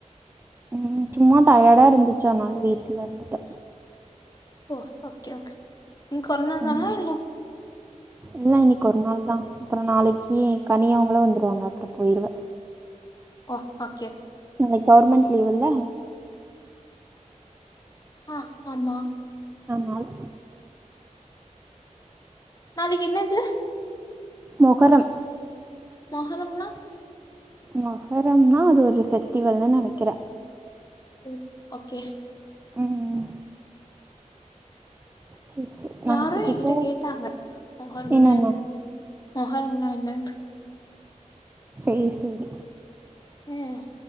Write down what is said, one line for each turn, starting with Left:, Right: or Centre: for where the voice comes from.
Right: ம் ம் சும்மா டயர்டா இருந்துச்சு அதனால வீட்டுல இருந்துட்டே
Left: ஓ ஓகே ஓகே இன்னைக்கு ஒரு நாள்
Right: ம்
Left: தானா இல்ல
Right: இல்ல இன்னைக்கு ஒரு நாள் தா அப்புறோ நாளைக்கு கனி அவுங்களா வந்துடுவாங்க அப்புறோ போயிருவே
Left: ஓ ஓகே ஓகே
Right: இன்னைக்கு கவர்மெண்ட் லீவு இல்ல
Left: ஆ ஆமா
Right: ஆனால்
Left: நாளைக்கு என்ன இது
Right: மொகரம்
Left: மொகரம்ன்னா
Right: மொகரம்ன்னா அது ஒரு ஃபெஸ்டிவல்ன்னு நெனைக்கிறே
Left: ம் ஓகே
Right: ம் சேரி சேரி நாங்க
Left: யாரே
Right: புதுசா
Left: என்கிட்ட கேட்டாங்க மொகரம்ன்னா
Right: என்னென்ன
Left: என்னன்னு மொகரம்ன்னா என்னன்னு
Right: சேரி சேரி
Left: ம்